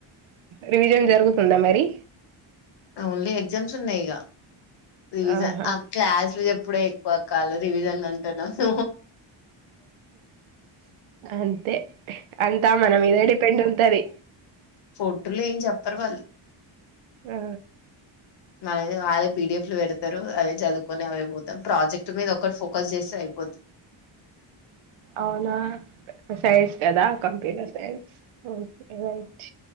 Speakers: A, on the right (about 80°); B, on the left (about 55°).
A: రివిజన్ జరుగుతుందా మరి
B: ఓన్లీ ఎగ్జామ్స్ ఉన్నాయి ఇగా రివిజన్
A: ఆహా
B: ఆ క్లాస్లు చెప్ ఇప్పుడే ఎక్కువ కాల రివిజన్ అంటున్నావ్
A: అ తే అంతా మన మీద డిపెండ్ ఉంటది
B: ఫోట్లు ఏం చెప్పరు వాళ్ళు
A: ఆ
B: మళ్ వాళ్ళే పీడిఎఫ్ లో పెడతారు అవి చదువుకొని అవి పోతాం ప్రాజెక్ట్ మీద ఒకటి ఫోకస్ చేస్తే అయిపోద్ది
A: అవునా సైన్స్ కదా కంప్యూటర్ సైన్స్ ఓకే రైట్